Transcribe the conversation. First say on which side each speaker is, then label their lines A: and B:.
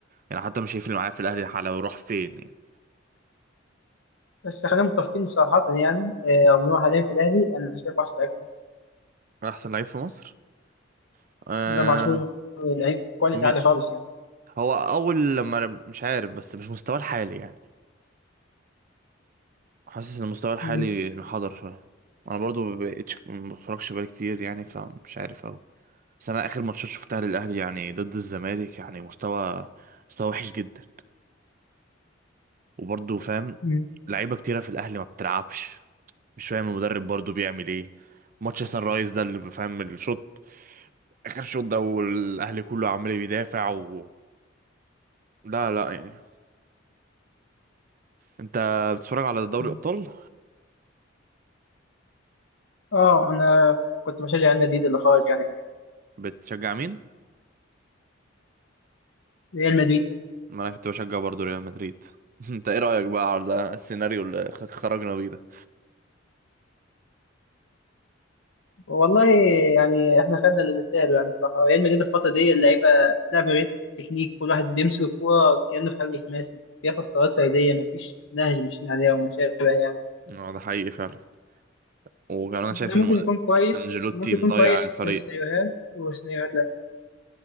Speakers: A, on the right; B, on the left.
A: يعني حتى مش هيفرق معايا في الاهلي على راح فين يعني
B: بس خلينا متفقين صراحة يعني آه، رغم إن هو حاليا في الأهلي أنا شايفه أحسن لاعب في مصر
A: احسن لعيب في مصر آه
B: إمام عاشور لعيب كواليتي
A: مش
B: عالي خالص يعني
A: هو اول لما مش عارف بس مش مستواه الحالي يعني حاسس ان مستواه الحالي
B: مم.
A: انحدر شويه انا برضو ما بقتش ما بتفرجش بقالي كتير يعني فمش عارف قوي بس انا اخر ماتشات شفتها للاهلي يعني ضد الزمالك يعني مستوى مستوى وحش جدا وبرضو فاهم
B: مم.
A: لعيبه كتيره في الاهلي ما بتلعبش مش فاهم المدرب برضو بيعمل ايه ماتش سان رايز ده اللي فاهم الشوط اخر شوط ده والاهلي كله عمال بيدافع و... لا لا يعني انت بتتفرج على دوري
B: مم.
A: الابطال
B: اه انا كنت بشجع ريال مدريد اللي خرج يعني
A: بتشجع مين
B: ريال مدريد
A: ما انا كنت بشجع برضو ريال مدريد <laughs> انت ايه رايك بقى على السيناريو اللي خ- خرجنا بيه ده
B: والله يعني احنا خدنا اللي نستاهله يعني الصراحه ريال مدريد الفتره دي اللعيبه بتلعب غير تكنيك كل واحد بيمسك الكوره كانه في حجم خماسي بياخد قرارات فرديه مفيش نهج ماشيين عليها وما شابه يعني
A: اه ده حقيقي فعلا وكمان انا
B: ده
A: شايف ان
B: ممكن
A: مد-
B: يكون كويس
A: انجيلوتي
B: ممكن
A: مضيع
B: يكون كويس
A: الفريق
B: في سيناريوهات وسيناريوهات لا